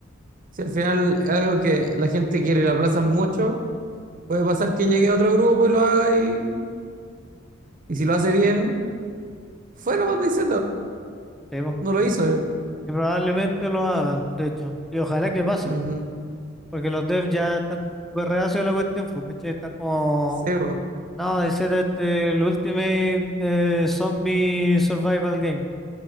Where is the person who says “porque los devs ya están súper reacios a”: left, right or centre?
Centre